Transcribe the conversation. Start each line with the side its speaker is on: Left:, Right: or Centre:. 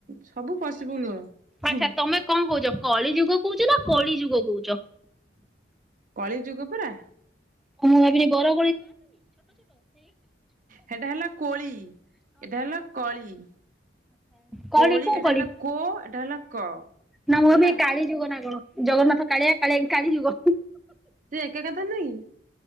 Right: ସବୁ ପଶିବୁ ନୂଅଁ।
Centre: ଆଚ୍ଛା ତମେ କଣ କହୁଚ କଳି ଯୁଗ କହୁଚ ନା କଳି ଯୁଗ କହୁଚ?
Right: କଳି ଯୁଗ ପୁରା।
Centre: <unintelligible> <unintelligible> ଆଚ୍ଛା
Right: ହେଟା ହେଲା କୋଳି ଏଟା ହେଲା କଳି
Centre: କଳି
Right: କୋଳି
Centre: କୋଉ
Right: ଏଇଟା
Centre: କଳି?
Right: ହେଲା କୋ ଏଟା ହେଲା କ।
Centre: ନା ମୁଁ ଭାବେ
Right: ହେଲା
Centre: କାଳି ଯୁଗ ନା କଣ ଜଗନ୍ନାଥ କାଳିଆ କାଳିଆ କାଳି ଯୁଗ।
Right: ସେଏକା କଥା ନୁହଁ କି?